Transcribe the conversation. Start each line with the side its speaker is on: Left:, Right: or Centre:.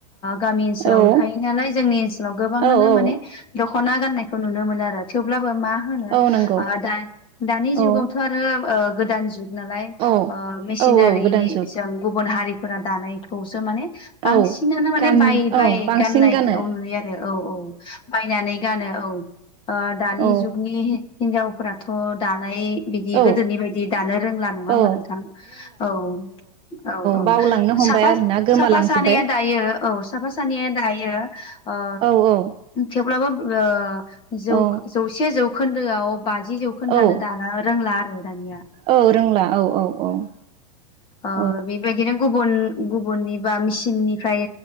Left: गामि ओनसोलावनो
Right: औ
Left: थायो नालाय जोंनि ओनसोलाव गोबाङानो
Right: औ औ
Left: माने दख'ना गाननायखौ नुनो मोनो आरो थेवब्लाबो मा मा होनो
Right: औ नंगौ
Left: दानि जुगावथ'
Right: औ
Left: आरो गोदान जुग नालाय
Right: औ
Left: मेसिनारिजों
Right: औ औ गोदान जुग
Left: गुबुन हारिफोरा दानायखौसो माने बांसिनानो
Right: औ
Left: माने
Right: गान
Left: बाय बाय
Right: औ बांसिन
Left: गाननायखौ
Right: गानो
Left: नुयो आरो औ औ बायनानै गानो औ। दानि
Right: औ
Left: जुगनि हिन्जावफोराथ' दानाय बिदि
Right: औ
Left: गोदोनि बायदि दानो रोंला नङा होमबा
Right: औ
Left: नोंथां। औ। औ औ
Right: बावलांनो हमबाय
Left: साफा
Right: आरोना गोमालांजोब्बाय
Left: साफा सानैया दायो औ साफा सानैया दायो। ओ
Right: औ औ
Left: थेवब्लाबो ओ जौ
Right: औ
Left: जौसे जौखोन्दोआव बाजि जौखो खौनो
Right: औ
Left: दानो दाला रोंला आरो दानिया।
Right: औ रोंला औ औ औ।
Left: ओ
Right: <inaudible>
Left: बेबायदिनो गुबुन गुबुननि बा मिसिननिफ्राय